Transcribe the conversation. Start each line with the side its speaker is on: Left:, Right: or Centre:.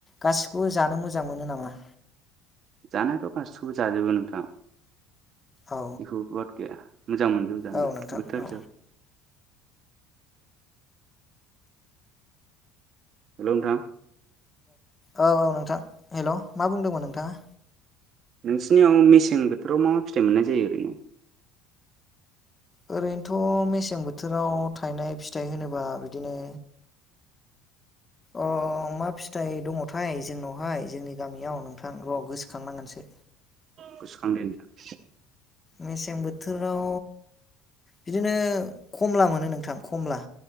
Left: गासिखौबो जानो मोजां मोनो नामा?
Right: जानायाथ' गासिबो जाजोबो नोंथां
Left: औ
Right: बेखौ बराद गैया मोजां मोनदोंज नालाय
Left: औ नोंथां
Right: बोथोरजों
Left: औ
Right: हेलौ नोंथां।
Left: औ औ नोंथां हेलौ मा बुंदोंमोन नोंथाङा?
Right: नोंसिनियाव मेसें बोथोराव मा मा फिथाइ मोननाय जायो ओरैनो
Left: ओरैनोथ' मेसें बोथोराव थायनाय फिथाइ होनोबा बिदिनो अ मा फिथाइ दङथाय जोंनावहाय जोंनि गामियाव नोंथां र' गोसोखांनांगोनसो
Right: गोसोखां दे नोंथां
Left: मेसें बोथोराव बिदिनो खमला मोनो नोंथां कमला